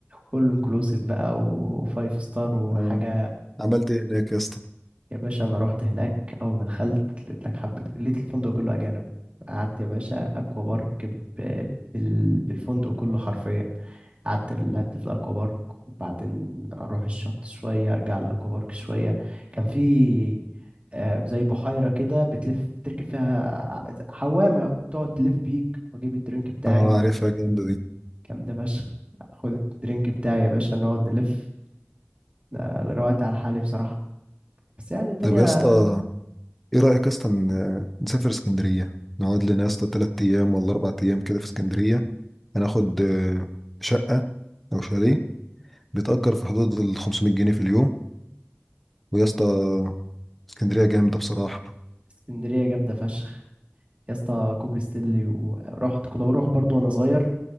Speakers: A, on the right; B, in the centre.
A: فول انكلوسيف بقى وفايف ستار وحاجة
B: آه، عملت ايه هناك يا اسطى؟
A: يا باشا أنا رحت هناك أول ما دخلت لقيت لك حبة لقيت الفندق كله أجانب قعدت يا باشا أكوا بارك ب... بال... بالفندق كله حرفيا قعدت لعبت في الأكوا بارك وبعدين أروح الشط شوية أرجع الأكوا بارك شوية كان في آه، زي بحيرة كده بتلف تركب فيها ع- حوامة بتقعد تلف بيك وأجيب الدرينك بتاعي
B: اه عارفها جامدة دي
A: كان ده فشخ خد الدرينك بتاعي يا باشا نقعد نلف ده روقت على حالي بصراحة بس يعني الدنيا
B: طب يا اسطى ايه رأيك اصلا نسافر اسكندرية نقعد لنا يا اسطى تلات ايام ولا اربع ايام كده في اسكندرية هناخد آه، شقة او شاليه بيتأجر في حدود ال 500 جنيه في اليوم ويا اسطى اسكندرية جامدة بصراحة
A: اسكندرية جامدة فشخ يا اسطى كوبري ستانلي ورحت كنا بنروح برضو وانا صغير